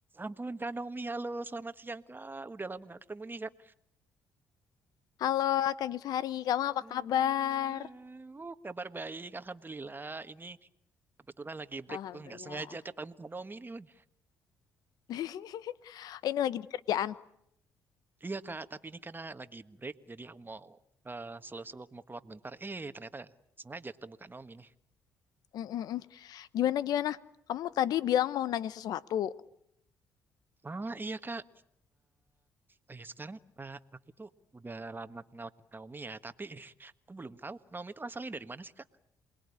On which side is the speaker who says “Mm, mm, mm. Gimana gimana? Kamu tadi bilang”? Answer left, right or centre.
Left